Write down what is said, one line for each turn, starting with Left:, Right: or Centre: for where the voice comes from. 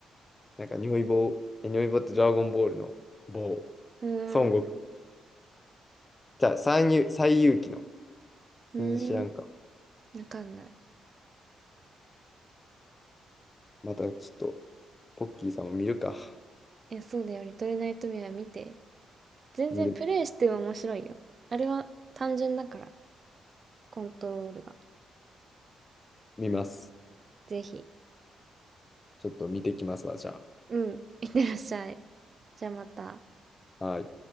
Left: なんか尿意棒、え、尿意棒ってドラゴンボールの棒。
Right: うーん、
Left: 孫悟空。じゃあ、三遊、最遊記の。
Right: うーん、
Left: 全然知らんか。
Right: わかんない。
Left: またちょっと、ポッキーさんを見るか。
Right: いや、そうだよ。リトルナイトメア見て。全然プレイしても面白いよ。
Left: 見る、
Right: あれは単純だから、コントロールが。
Left: 見ます。
Right: ぜひ。
Left: ちょっと見てきますわ、じゃ
Right: うん、いってらっしゃい。じゃあまた。
Left: あ。はい。